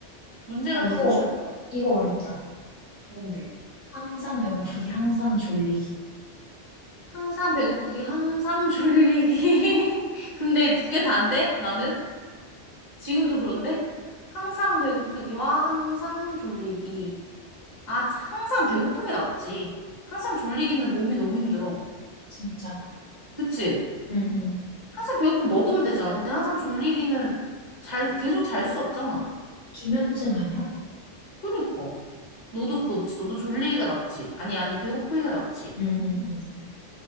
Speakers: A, on the left; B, on the left.
A: 문제가
B: 아 이거
A: 조금 쉬웠다.
B: 이거 어렵다.
A: 뭔데?
B: 항상 배고프기, 항상 졸리기.
A: 항상 배고프기, 항상 졸리기. <laughs> 근데 두 개 다인데? 나는? 지금도 그런데? 항상 배고프기와 항상 졸리기. 아, 차- 항상 배고픈 게 낫지. 항상 졸리기는 몸이 너무 힘들어.
B: 진짜.
A: 그치?
B: 응, 응.
A: 항상 배고프면 먹으면 되잖아. 근데 항상 졸리기는 잘, 계속 잘 수 없잖아.
B: 기면증 아니야?
A: 그니까. 너도 그렇지. 너도 졸리기가 낫지. 아니, 아니, 배고프기가 낫지.
B: 응, 응, 응.